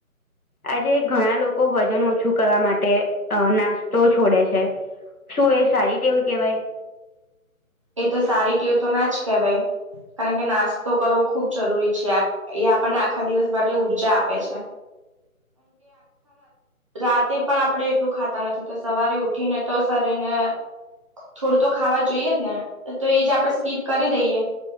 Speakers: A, on the left (about 80°); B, on the right (about 20°).
A: આજે ઘણા લોકો વજન ઓછું કરવા માટે નાસ્તો છોડે છે. શું એ સારી ટેવ કહેવાય
B: એ તો સારી ટેવ તો ના જ કહેવાય કારણ કે, નાસ્તો કરવો ખૂબ જરૂરી છે. કારણ કે, એ આપણને આખા દિવસ અને રાત ઉર્જા આપે છે. રાતે પણ આપણે એટલું ખાતા નથી તો, સવારે ઉઠીને તો શરીરને થોડું તો ખાવા જોઈએ જ ને તો, એ જ આપણે સ્કીપ કરી દઈએ